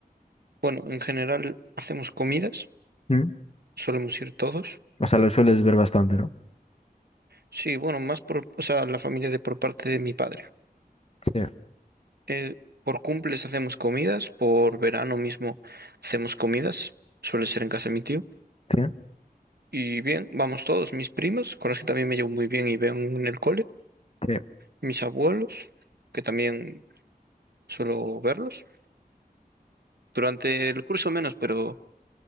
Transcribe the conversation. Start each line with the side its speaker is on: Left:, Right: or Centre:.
Right: bueno, en general hacemos comidas,
Left: ¿Mm?
Right: solemos ir todos.
Left: O sea, lo sueles ver bastante, ¿no?
Right: Sí, bueno, más por, o sea, la familia de por parte de mi padre.
Left: Sí.
Right: Eh, por cumples hacemos comidas, por verano mismo hacemos comidas, suele ser en casa de mi tío.
Left: Sí,
Right: Y bien, vamos todos, mis primas, con las que también me llevo muy bien y veo en el cole,
Left: sí.
Right: mis abuelos, que también suelo verlos. Durante el curso menos, pero